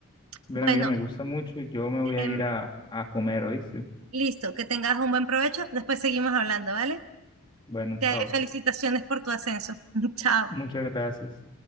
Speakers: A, on the left (about 20°); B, on the right (about 75°).
A: Bueno,
B: Bueno.
A: amiga, me gusta mucho. Yo me voy a
B: em,
A: ir a, a comer, ¿oíste?
B: Listo, que tengas un buen provecho. Después seguimos hablando, ¿vale?
A: Bueno,
B: Te
A: chao.
B: felicitaciones por tu ascenso. <laughs> Chao.
A: Muchas gracias.